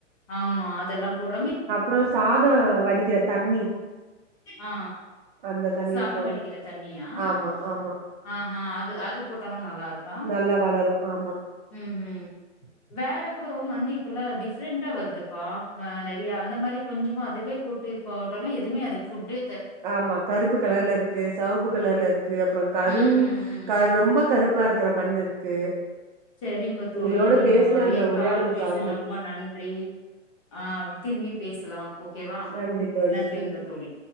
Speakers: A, on the left; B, on the right.
A: ஆமா அதெல்லாம் போற்றங்க
B: அப்பறோ சாத வடிக்கிற தண்ணி
A: ஆ
B: அந்த தண்ணியு
A: சாதம்
B: போடலா
A: வடிக்கிற தண்ணியா
B: ஆமா ஆமா
A: ஆஹா அது அது போட்டாலு நல்லாருக்கா
B: நல்லா வளரு ஆமா
A: ம் ம் வேற கூட மண்ணு இப்பல்லா டிஃப்ரெண்டா வருதுப்பா நெறைய அந்த மாரி கொஞ்சமா அது வே போட்டு போட்டாலு எதுவுமே அதுக்கு ஃபுட்டு
B: ஆமா கருப்பு கலர்ல இருக்கு செவப்பு கலர்ல இருக்கு அப்புறம் கருண்
A: ம் ம் ம்
B: கரு ரொம்ப கருப்பா இருக்கற மண்ணு இருக்கு
A: செரிங்க தோழி
B: உங்களோட
A: நீங்க
B: பேசின அந்த
A: எ
B: உரையாடலுக்காக
A: கால் பேசுன் ரொம்ப நன்றி ஆ திரும்பி பேசலா ஓகேவா
B: நன்றி தோழி
A: நன்றிங்க
B: நன்றி
A: தோழி